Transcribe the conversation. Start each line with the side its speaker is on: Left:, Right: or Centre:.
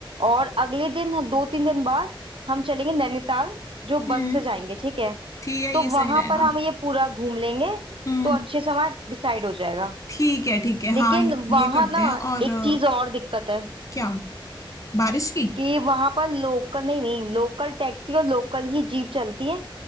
Right: और अगले दिन दो तीन दिन बाद हम चलेंगे नैनीताल जो बस
Left: हम्म
Right: से जाएंगे ठीक है
Left: ठीक है
Right: तो
Left: ये
Right: वहां
Left: सही रहेगा
Right: पर हम ये पूरा घूम लेंगे
Left: हम्म
Right: तो अच्छे से हमारा डिसाइड हो जाएगा
Left: ठीक है ठीक है
Right: लेकिन
Left: हाँ ये
Right: वहां
Left: ये करते
Right: ना
Left: हैं और
Right: एक
Left: अ,
Right: चीज और दिक्कत है
Left: क्या बारिश की
Right: कि वहां पर लोकल नहीं नहीं लोकल टैक्सी और लोकल ही जीप चलती है